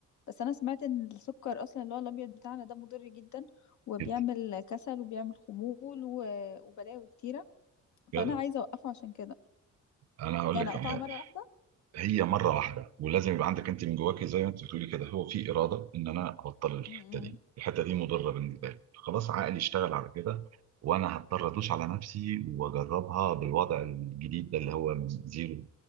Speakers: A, on the left (about 70°); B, on the right (about 60°).
A: بس انا سمعت ان السكر اصلا اللي هو الابيض بتاعنا ده مضر جدا وبيعمل
B: جدا
A: كسل وبيعمل خمول و... وبلاوي كتيرة
B: بجد
A: فانا عايزة اوقفه عشان كده
B: انا هقول
A: يعني
B: لك
A: اقطعه
B: يعني
A: مرة واحدة
B: هي مره واحده ولازم يبقى عندك انت من جواكي زي ما انت بتقولي كده هو في اراده ان انا ابطل الحته
A: امم
B: دي الحته دي مضره بالنسبه لي خلاص عقلي اشتغل على كده وانا هضطر ادوس على نفسي واجربها بالوضع الجديد ده اللي هو من زيرو